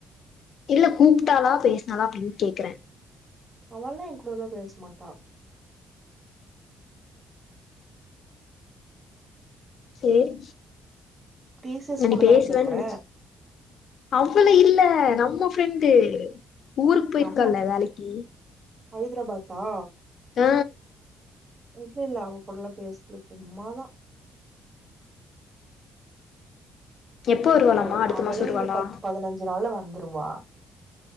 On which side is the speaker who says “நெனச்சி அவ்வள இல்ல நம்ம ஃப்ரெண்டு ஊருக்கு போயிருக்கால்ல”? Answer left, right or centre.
Left